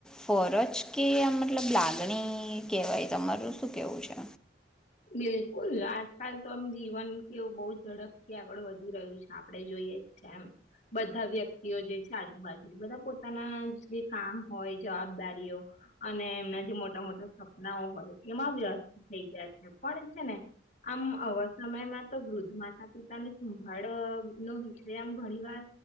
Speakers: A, in the centre; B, on the left (about 45°).
A: ફરજ કે આ મતલબ લાગણી કેહેવાય તમારું શું કેવું છે
B: બિલકુલ આજકાલ તો આમ જીવન કે એવું બહુ ઝડપથી આગળ વધી રહ્યું છે આપડે જોઈએ જ છે એમ બધા વ્યક્તિઓ જે છે આજુબાજુ બધા પો પોતાના જે કામ હોય જવાબદારીઓ અને એમના જે મોટા મોટા સપનાઓ હોય એમાં વ્યસ્ત થઈ ગયા છે પણ છે ને આમ અવર સમયમાં તો વૃદ્ધ માતા પિતાની સંભાળ નો વિષય આમ ઘણી વાર